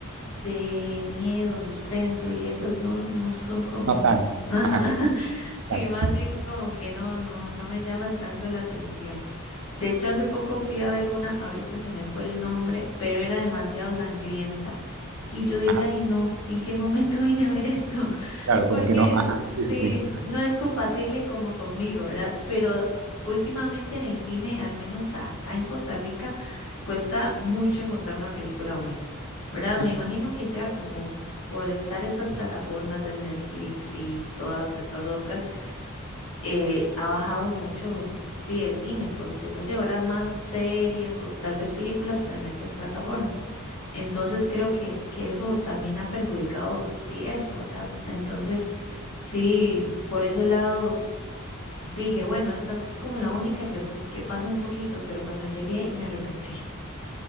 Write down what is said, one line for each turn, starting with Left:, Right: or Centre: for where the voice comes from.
Left: de miedo, suspenso y estas no, no son como,
Right: No tanto.
Left: <laughs> ajá,
Right: Ajá,
Left: sí,
Right: claro.
Left: más bien como que no, no, no me llaman tanto la atención. De hecho, hace poco fui a ver una, ahorita se me fue el nombre, pero era demasiado sangrienta. Y yo dije,
Right: Ajá,
Left: ay no, ¿en qué momento <laughs> vine a ver esto?
Right: claro, como
Left: Porque
Right: que no. Ajá, sí,
Left: sí,
Right: sí, sí. Ajá,
Left: no es compatible como conmigo, ¿verdad? Pero últimamente en el cine, al menos acá en Costa Rica, cuesta mucho encontrar una película buena, ¿verdad?
Right: ajá,
Left: Me imagino que ya como por estar estas plataformas de Netflix y todas estas otras, eh, ha bajado mucho sí, el cine, por decirlo así. Ahora más series o tal vez películas, pero en estas plataformas. Entonces creo que, que eso también ha perjudicado di, eso, ¿verdad? Entonces, sí, por ese lado dije, bueno, esta es como la única que, que pasa un poquito, pero cuando llegué me arrepentí.